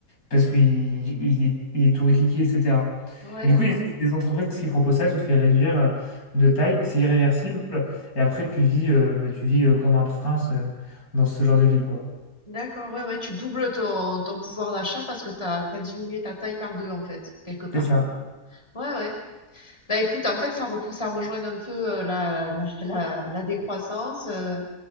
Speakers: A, on the left; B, on the left.
A: parce qu'il il est, il est tout rikiki, etc.
B: Ouais,
A: Et du
B: d'accord.
A: coup, il y a des entreprises qui proposent ça, tu te fais réduire euh, de taille, c'est irréversible, et après tu vis, euh, bah, tu vis euh, comme un prince euh, dans ce genre de ville, quoi.
B: D'accord, ouais, ouais, tu doubles ton, ton pouvoir d'achat parce que t'as, t'as diminué ta taille par deux, en fait, quelque part.
A: C'est ça.
B: Ouais, ouais. Bah écoute, en fait, ça, repre- ça rejoint un peu euh, la, la, la, la décroissance, euh,